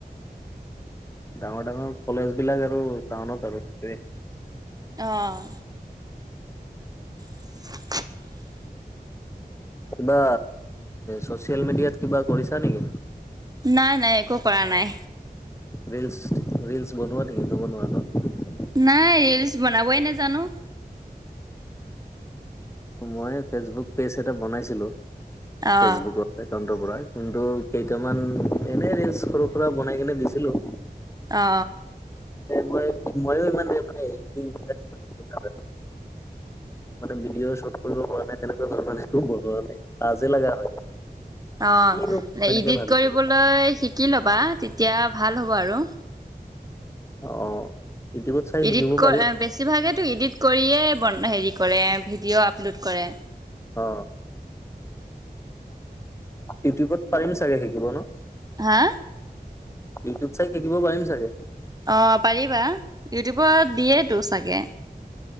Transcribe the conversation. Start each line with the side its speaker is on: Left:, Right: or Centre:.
Left: ডাঙৰ ডাঙৰ কলেজ বিলাক আৰু টাউনত আৰু সেইটোৱে
Right: আহঁ <unintelligible>
Left: কিবা চচিয়েল মিডিয়াত কিবা কৰিছা নেকি?
Right: নাই, নাই একো কৰা নাই।
Left: ৰিলচ, ৰিলচ বনোৱা নেকি? নবনোৱা ন?
Right: নাই, ৰীলচ বনাবই নেজানো।
Left: মই ফেচবুক পেজ এটা বনাইছিলো।
Right: অ
Left: ফেচবুকৰ একাউন্টৰ পৰা কিন্তু কেইটামান এনে ৰীলছ সৰু-সুৰা বনাই কিনে দিছিলো।
Right: অ
Left: ম মইয়ো ইমান <unintelligible> নাজানো মানে ভিডিঅ' শ্বুট কৰিব পৰা নাই তেনেকুৱা ধৰণে। <unintelligible> লাজে লগা হয়।
Right: অ,
Left: কিনো এনেকে
Right: ইডিট
Left: ভাবি
Right: কৰিবলৈ
Left: থাকো
Right: শিকি ল'বা। তেতিয়া ভাল হ'ব আৰু।
Left: অ। ইউটিউবত চাই শিকিব
Right: এডিট কৰ
Left: পাৰিম
Right: বেছিভাগেটো ইডিট কৰিয়ে বন হেৰি কৰে ভিডিঅ' আপলোড কৰে।
Left: অ, ইউটিউবত পাৰিম চাগে শিকিব ন?
Right: হা?
Left: ইউটিউব চাই শিকিব পাৰিম চাগে?
Right: অ, পাৰিবা। ইউটিউবত দিয়েটো চাগে।